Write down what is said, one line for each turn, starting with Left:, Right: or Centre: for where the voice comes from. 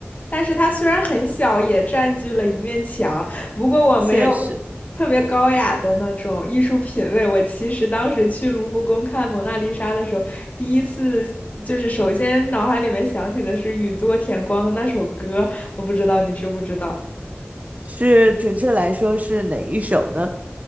Left: 但是它虽然很小，也占据了一面墙。不过我没有
Right: <laughs> 确实
Left: 特别高雅的那种艺术品味。我其实当时去卢浮宫看《蒙娜丽莎》的时候，第一次就是首先脑海里面想起的是宇多田光的那首歌，我不知道你知不知道。
Right: 是，准确来说是哪一首呢？